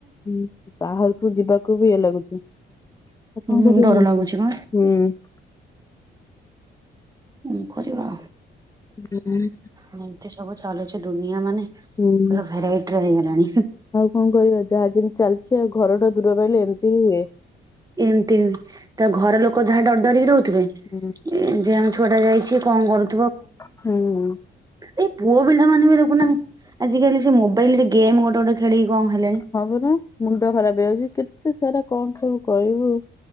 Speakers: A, on the left; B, on the right.
A: ହୁଁ ବାହାରକୁ ଯିବାକୁ ବି ଇଏ ଲଗୁଛି। ଆଉ କଣ
B: ହୁଁ
A: କରିବା
B: ଡର
A: ମଣିଷ।
B: ଲାଗୁଛି ବା ହୁଁ କରିବା।
A: ଯେଁ
B: ଏମିତି ସବୁ ଚାଲିଛି ଦୁନିଆ ମାନେ ପୁରା
A: ହୁଁ
B: ଭେରାଇଟିର ହେଇଗଲା। ଆଣି
A: ଆଉ କଣ କହିବା ଯାହା ଯେମତି ଚାଲିଚି ଆଉ ଘରଠୁ ଦୂରରେ ରହିଲେ ଏମିତି ହିଁ ହୁଏ।
B: ଏମିତି ତା ଘର ଲୋକ ଯାହା ଡରଡରିକ ରହୁ
A: ହୁଁ
B: ଏ ଯେ ଆମ ଛୋ ଛୁଆଟା ଯାଇଛି କଣ କରୁ
A: ହୁଁ।
B: ଏଇ ପୁଅପିଲାମାନେ ବି ଦେଖୁନା ଆଜିିକାଲି ସେ ମୋ ମୋବାଇଲରେ ଗେମ୍ ଗୋଟେ ଗୋଟେ ଖେଳିକି କଣ ହେଲେଣି।
A: ହଁ ପରା ମୁଣ୍ଡ ଖରାପ ହେଇଯାଉଛି କେତେ ସାରା କଣ ଖାଇବୁ କହିବୁ